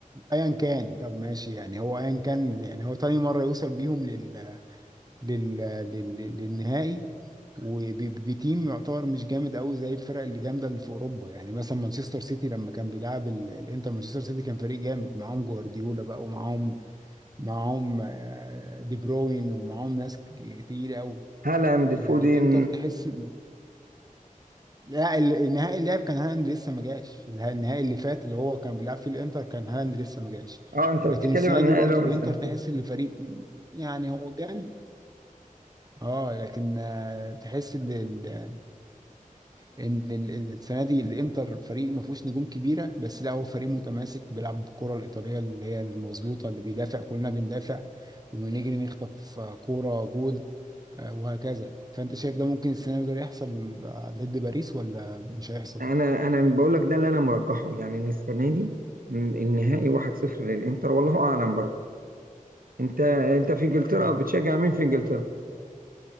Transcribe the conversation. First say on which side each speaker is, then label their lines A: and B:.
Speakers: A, on the right; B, on the right.
A: ايا كان طب ماشي يعني هو ايا كان يعني هو تاني مره يوصل بيهم لل... لل... لل... للنهائي وبتيم يعتبر مش جامد قوي زي الفرق اللي جامده اللي في اوروبا يعني مثلا مانشستر سيتي لما كان بيلعب ال- الانتر مانشستر سيتي كان فريق جامد معاهم جوارديولا بقى ومعاهم معاهم آه، دي بروين ومعاهم ناس ك- تقيلة قوي
B: هالاند
A: آه،
B: فودين
A: الانتر تحس إن- لا ال- النهائي اللي لعب كان هالاند لسه ما جاش اله- النهائي اللي فات اللي هو كان بيلعب فيه الانتر كان هالاند لسه ما جاش
B: اه انت بتتكلم
A: لكن السنة
B: عن النهائي
A: دي برضو
B: اللي هو من
A: الانتر
B: سنتين
A: تحس ان الفريق يعني هو جامد اه لكن آه، تحس ان ال- ان ال- ال- السنه دي الانتر فريق ما فيهوش نجوم كبيره بس لا هو فريق متماسك بيلعب بالكره الايطاليه اللي هي المظبوطه اللي بيدافع كلنا بندافع ونجري نخطف آه، كوره جول آه، وهكذا فانت شايف ده ممكن السنه دي ده يحصل ضد باريس ولا مش هيحصل؟
B: انا انا بقول لك ده اللي انا مرجحه يعني ان السنه دي م، النهائي 1-0 للانتر والله اعلم برضه انت انت في انجلترا
A: اه
B: بتشجع مين في انجلترا